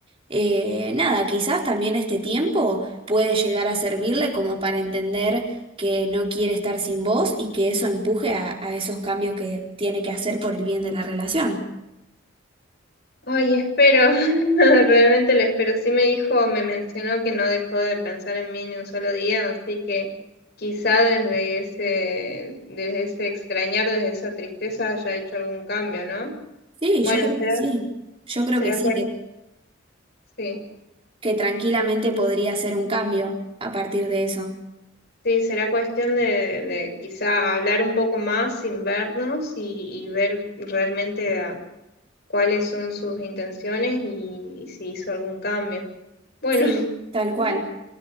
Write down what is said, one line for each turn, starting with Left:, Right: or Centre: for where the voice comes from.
Right: Eh, nada, quizás también este tiempo puede llegar a servirle como para entender. que no quiere estar sin vos y que eso empuje a, a esos cambios que tiene que hacer por el bien de la relación.
Left: Ay, espero, <laughs> realmente lo espero. Sí me dijo, me mencionó que no dejó de pensar en mí ni un solo día, así que quizá desde ese, desde ese extrañar, desde esa tristeza haya hecho algún cambio, ¿no?
Right: Sí,
Left: Bueno,
Right: yo creo que
Left: será,
Right: sí. Yo creo
Left: será
Right: que sí,
Left: cuestión,
Right: que,
Left: sí,
Right: que tranquilamente podría hacer un cambio a partir de eso.
Left: sí, será cuestión de, de quizá hablar un poco más sin vernos y, y ver realmente cuáles son sus intenciones y, y si hizo algún cambio. Bueno,
Right: Sí, tal cual.
Left: <laughs>